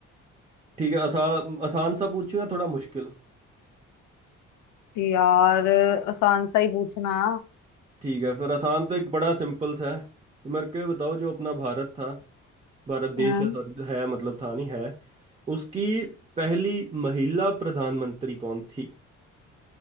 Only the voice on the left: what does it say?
यार आसान सा ही पूछना
हाँ